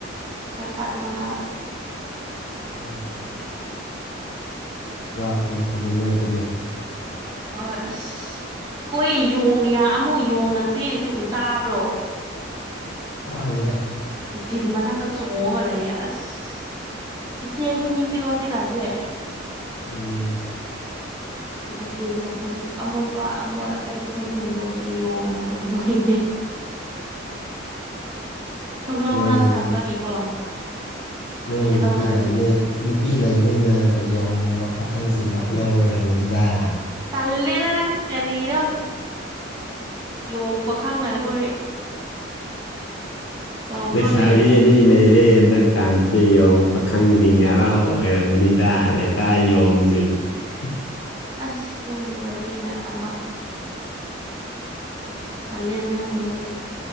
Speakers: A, on the right (about 20°); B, on the left (about 70°).
A: ꯍꯣꯏ ꯄꯥꯔꯠ ꯃꯉꯥ ꯑꯗꯨꯗ꯫
B: <inaudible> ꯂꯥꯞꯃꯤ ꯅꯠꯇꯗꯤ ꯅꯣꯏꯗꯒꯤ꯫
A: ꯍꯣꯏ ꯑꯁ ꯈꯣꯏ ꯌꯣꯡ ꯌꯥ ꯑꯃꯨ ꯌꯣꯡꯅ ꯆꯦꯜꯂꯤꯁꯦ ꯎ ꯇꯥꯕ꯭ꯔꯣ꯫
B: ꯇꯥꯗꯦꯗ꯫
A: ꯇꯤꯟ ꯃꯊꯛꯇ ꯆꯣꯡꯉ ꯂꯩꯔꯦ ꯑꯁ ꯏꯆꯦ ꯑꯩꯈꯣꯏꯅꯤꯖꯦꯀꯣ ꯍꯧꯖꯤꯛꯀꯥꯟꯁꯦ꯫
B: ꯎꯝ꯫
A: ꯗꯁꯕꯤꯟꯒ ꯍꯨꯟ ꯑꯃꯣꯠꯄ ꯑꯃꯣꯠ ꯑꯀꯥꯏꯖꯦ ꯑꯩꯈꯣꯏꯅꯤ ꯍꯨꯟꯗꯣꯛꯇ꯭ꯔꯦ ꯌꯣꯡꯅ ꯉꯥꯛꯇ ꯍꯨꯟꯗꯣꯛꯏꯅꯦ꯫ ꯊꯣꯡꯅꯥꯎ
B: ꯅꯣꯏ
A: ꯃꯅꯥꯛꯗ ꯊꯝꯕꯒꯤꯀꯣ
B: ꯅꯣꯏ
A: ꯍꯦꯛꯇ
B: ꯅꯨꯄꯤ
A: ꯂꯧꯔ
B: ꯂꯩꯕꯅꯤ ꯅꯨꯄꯤ ꯂꯩꯕꯅꯤꯅ ꯌꯣꯡꯒꯨꯝꯕ ꯄꯥꯈꯪꯁꯤꯡ ꯂꯥꯛ ꯉꯥꯎꯕ ꯑꯣꯏꯔꯝꯒꯅꯤꯗ
A: ꯇꯜꯂꯦꯗ ꯅꯪ ꯀꯔꯤꯅꯣ ꯌꯣꯡ ꯄꯥꯈꯪꯂ ꯑꯒ‌ꯣꯏ ꯇꯧꯕ꯭ꯔꯣꯅꯦ
B: ꯂꯩꯩꯁꯥꯕꯤ ꯑꯅꯤ ꯂꯩ ꯔꯦ ꯍꯟꯗꯛꯀꯥꯟꯁꯦ ꯌꯣꯡ ꯄꯥꯈꯪꯖꯤꯡ ꯍꯔꯥꯎ ꯑꯣꯏꯔꯝꯒꯅꯤꯗ ꯂꯩꯀꯥꯏ ꯌꯣꯡꯖꯤꯡ <unintelligible>
A: ꯑꯁ ꯅꯪꯒꯤ ꯋꯥꯔꯤꯅ ꯑꯝꯃꯥ ꯇꯜꯂꯦꯗ ꯅꯪꯒꯤ ꯋꯥꯔꯤꯁꯨ